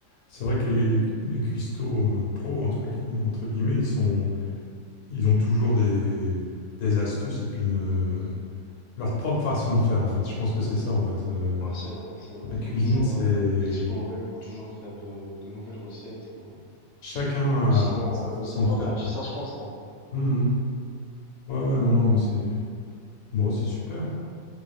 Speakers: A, on the left (about 85°); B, on the left (about 30°).
A: c'est vrai que les, les, les cuistots euh, pro, entre, gui- entre guillemets, ils sont, ils ont toujours des, des astuces et puis une- leur propre façon de faire, en fait. Je pense que c'est ça, en fait. Euh,
B: Ouais, c'est vrai, c'est vrai.
A: la cuisine,
B: Faut toujours
A: c'est...
B: euh, explorer, faut toujours faire de, de nouvelles recettes. faut-
A: Chacun a
B: Ils sont,
A: sa façon
B: ils sont
A: de
B: en apprentissage
A: faire, quoi.
B: constant.
A: Mhm. Ouais, ouais, non, non, mais c'est... Bon, c'est super.